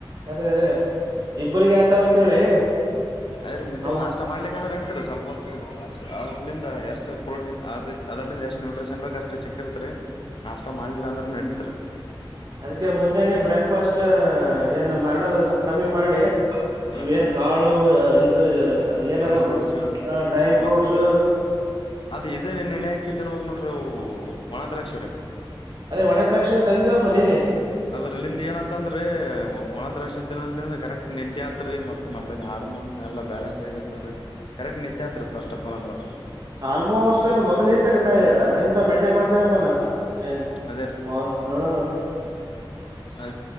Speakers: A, on the right; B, on the left.
A: ಅದೇ ಅದೇ ಇಬ್ರಗ ಆತಾವ ಅಂತ ಹೇಳಿ.
B: ಆದದ್ರ ಮುಂಜೆ
A: ಅವ
B: ನಾಷ್ಟ ಮಾಡ್ಲಿ ಅಂದ್ರೆ ಅಂತತಾರೆ ಸ್ವಲ್ಪ ಹೊ. ಅದಲಿಂದ ಎಷ್ಟು ಪ್ರೋಟೀನ್ ಅದ ಅದ್ರಂದ ಎಷ್ಟು ನ್ಯೂಟ್ರಿಷನ್ ಬೇಕಕ್ ಅಷ್ಟು ಚಿಕ್ಕಿರ್ತರಿ. ನಾಷ್ಟ ಮಾಡ್ಲಿಲ್ಲ ಅಂದ್ರ ನೆಡತ್ರಿ.
A: ಅದಕ್ಕೆ ಮುಂಜಾನೆ ಬ್ರೇಕ್ಫಾಸ್ಟ್ ಏನು ಮಾಡೋದು ಸ್ವಲ್ಪ ಕಮ್ಮಿ ಮಾಡಿ.
B: ಹ
A: ಇವೇನು
B: ಹಾ
A: ಕಾಳು ಇದು. ಏನದಾವ
B: ಡ್ರೈ ಫ್ರೂಟ್ಸ್
A: ಡ್ರೈ ಫ್ರೂಟ್ಸ್
B: ಮತ್ತ ಅದು ಇ ನೆನೆ ಹಾಕಿ ತನ್ಬಕ್ ನ. ಒಣ ದ್ರಾಕ್ಷಿ ರ.
A: ಅದೇ ಒಣೆ ದ್ರಾಕ್ಷಿಣೆ ತಂದಿದ್ದವಪ್ಪಾ ನಿನ್ನೇ.
B: ಅದ್ರಲ್ಲಿಂದ ಏನತ್ತ ಅಂದ್ರೆ ಒಣ ದ್ರಾಕ್ಷ ಕರೆಕ್ಟ್ ನಿದ್ದೆ. ತ್ೀ ಮತ್ತ ನಮ್ಮೈ ಹಾರ್ಮೋನ್ ಎಲ್ಲ ಬ್ಯೆನ್ಸ್ ಆಗಿರ್ತವ ರೀ ಕರೆಕ್ಟ್ ನಿದ್ದೆ ಆತ್ರಿ ಫಸ್ಟ್ ಆಫ್ ಆಲ್ ಅಂದ್ರ.
A: ಆಲ್ಮೋಸ್ಟ್ ಅಲ್ ಮೊದ್ಲು ಇಂಂತ ಕ ಇಂತ ಮೈಂಟೈನ್ ಮಾಡ್ತೇನಪ್ಪಾನ. ನ್
B: ಅದೇ
A: ಹಾ.
B: ಅ.